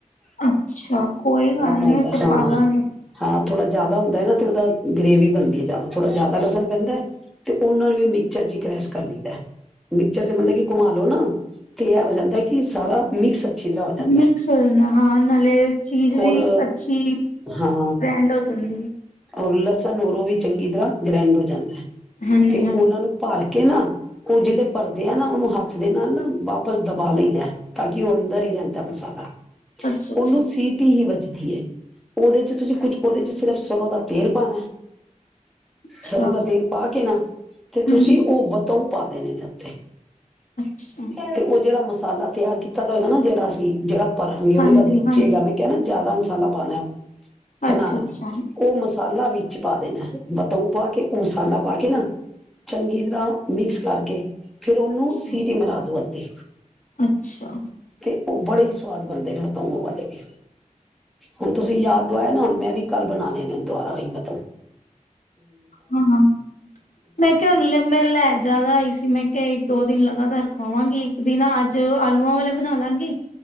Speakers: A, on the left; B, in the centre.
A: ਅੱਛਾ, ਕੋਈ ਗੱਲ
B: ਪੈਂਦਾ
A: ਨਹੀਂ ਉ ਤੇ
B: ਹਾਂ
A: ਪਾਲਾਂਗੇ।
B: ਹਾਂ ਥੋੜ੍ਹਾ ਜ਼ਿਆਦਾ ਹੁੰਦਾ ਹੈ ਨਾ, ਤੇ ਉਹਦਾ ਗ੍ਰੇਵੀ ਬਣਦੀ ਹੈ ਜ਼ਿਆਦਾ। ਥੋੜ੍ਹਾ ਜ਼ਿਆਦਾ ਲਸਣ ਪੈਂਦਾ ਤੇ ਉਹਨਾ ਨੂੰ ਵੀ ਮ ਚਰਜੀ ਕ੍ਰੈਸ ਕਰ ਲੈਂਦਾ। ਮਿਕਚਰ ਚ ਮਤਲਬ ਕਿ ਘੁਮਾ ਲੋ ਨਾ ਤੇ ਇਹ ਹੋ ਜਾਂਦਾ ਕਿ ਸਾਰਾ ਮਿਕਸ- ਅੱਛੀ ਤਰ੍ਹਾਂ ਹੋ ਜਾਂਦਾ
A: ਮਿਕਸ
B: ਹੈ
A: ਹੋ ਜਾਂਦਾ ਹਾਂ ਨਾਲੇ ਚੀਜ਼ ਵੀ
B: ਹੋਰ
A: ਅੱਛੀ ਗ੍ਰੈਂਡ
B: ਹਾਂ
A: ਹੋ ਜਾਂਦੀ-
B: ਔਰ ਲਸਣ ਨੂੰ ਵੀ- ਚੰਗੀ ਤਰ੍ਹਾਂ ਗ੍ਰੈਂਡ ਹੋ ਜਾਂਦਾ-
A: ਹਾਂਜੀ
B: ਫ
A: ਹਾਂਜੀ
B: ਉਹਨਾ ਨੂੰ ਭਰ ਕੇ- ਕੇ ਨਾ ਉਹ ਜਿਹੜੇ ਭਰਦੇ ਆ ਨਾ ਉਹਨੂੰ ਹੱਥ ਦੇ ਨਾਲ ਨਾ ਵਾਪਸ ਦਬਾ ਲਈਦਾ ਤਾਂ ਕਿ ਉਹ ਅੰਦਰ ਹੀ ਰਹਿੰਦਾ ਮਸਾਲਾ-
A: ਅੱਛਾ ਅੱਛਾ
B: ਉਹਨੂੰ ਸੀਟੀ ਹੀ ਵਜੀ- ਦੀਏ। ਉਹਦੇ ਚ ਤੁਸੀਂ ਕੁੱਝ ਉਹਦੇ ਚ ਸਿਰਫ ਸਰ੍ਹੋਂ ਦਾ ਤੇਲ ਪਾਨਾਏ
A: ਅੱਛਾ
B: ਸਰ੍ਹੋਂ ਦਾ ਤੇਲ ਪਾ ਕੇ ਨਾ ਤੇ ਤੁਸੀਂ
A: ਹਮ
B: ਉਹ ਵਤੋਉ ਪਾ <unintelligible>
A: ਅੱਛਾ
B: ਤੇ ਉਹ ਜਿਹੜਾ ਮਸ ਸਾਲਾ ਤਿਆਰ ਕੀਤਾ ਹੋਏਗਾ ਨਾ ਜਿਹੜਾ ਅਸੀਂ ਜਿਹੜਾ ਭਰਾਂਗੇ ਉਹਦੇ
A: ਹਾਂਜੀ
B: ਬਾਦ ਬੱਚੇਗਾ।
A: ਹਾਂਜੀ
B: ਮੈਂ ਕਹਿ ਨਾ ਜਾਦਾ ਮਸਾਲਾ ਪਾਨਾਏ। ਬਨਾਨਾਏ
A: ਅੱਛਾ ਅੱਛਾ
B: ਉਹ ਮਸਾਲਾ ਵਿੱ ਚ ਪਾ ਦੇਨਾਏ। ਬਤਊ ਪਾ ਕੇ, ਉਹ ਮਸਾਲਾ ਪਾ ਕੇ ਨਾ ਚੰਗੀ ਤਰ੍ਹਾਂ ਮਿਕਸ ਕਰਕੇ ਫੇਰ ਉਹਨੂੰ
A: ਅੱਛਾ
B: ਸੀਟੀ ਮਰਾ ਦੋ ਅਦੀ
A: ਅੱਛਾ
B: ਤੇ ਉਹ ਬੜੇ ਈ ਸਵਾਦ ਬਨਦੇ ਨੇ ਵਤਊ ਉਹ ਵਾਲੇ ਵੀ। ਹੁਨ ਤੁਸੀਂ ਯਾਦ ਦੁਇਆ ਨਾ ਹੁਨ ਮੈਂ ਵੀ ਕੱਲ ਬਨਾਨੇ ਨੇ ਦੁਆਂਰਾਂ ਈ ਬਤਊ
A: ਹਾਂ, ਮੈਂ ਕਿਹਾ ਹਲੇ ਮੈਂ ਲੈ ਜਾਦਾ ਆਈ ਸੀ ਮੈਂ ਕੇ ਦੋ ਦਿਨ ਲਗਾਤਾਰ ਖੁਆਂਵਾਂਗੀ। ਇੱਕ ਦਿਨ ਅੱਜ ਆਲੂਆਂ ਵਾਲੇ ਬਨਾ ਲਾਂਗੀ